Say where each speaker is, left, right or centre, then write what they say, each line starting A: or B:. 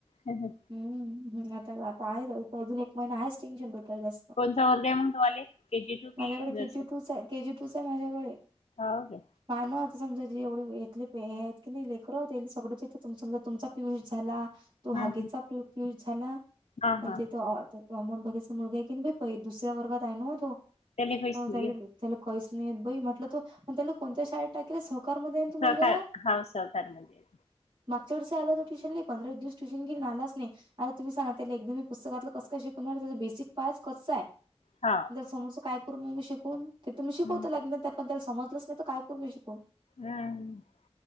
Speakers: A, on the left (about 80°); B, on the right (about 45°).
A: हेहे.
B: हम्म हम आता आता आहे अजून एक महिना आहेच टेंशन डोक्याला जास्त.
A: कोणचा वर्ग आहे मग तुम्हाले? के जी टू
B: माझ्याकडे
A: कि नर्सरी?
B: केजी टूच आहे केजी टूच हाय माझ्याकडे.
A: हो क्या?
B: पायन आता समजा जे एवढे येथले आहेत की नाही लेकर सगळथे समजा तुमचा पिऊष झाला. तो हागिचा
A: हम्म हम्म
B: <unintelligible> झाला
A: हा
B: आणि
A: हा
B: ते तो. त अमोल बघेच मुलगा आहे की भ दुसऱ्या वर्गात आहे नव्ह तो, हो
A: त्याले पैसे
B: त्याले.
A: दिले
B: त्याले कहीच नाही येत बाई म्हटलं, तर त्याला कोणत्या शाळेत टा सवकार म
A: सहकार
B: त मुलगा?
A: हाव सहकार मध्ये
B: मागच्या व आला त ट्युशनली. पंधरा दिवस ट्युशन घे आलास नाही. आता तुम्ही सांगा एकदम मी पुस्तकातलं कस का शिकवणार? त्याचा बेसिक पास कच्चा आहे.
A: हा
B: समोर काय करू मग मी शिकून? ते तुम्ही शिकवत
A: हम्म
B: के त्याबद्दल समजलच नाही तर काय करू मी शिकून?
A: हम्म <unintelligible>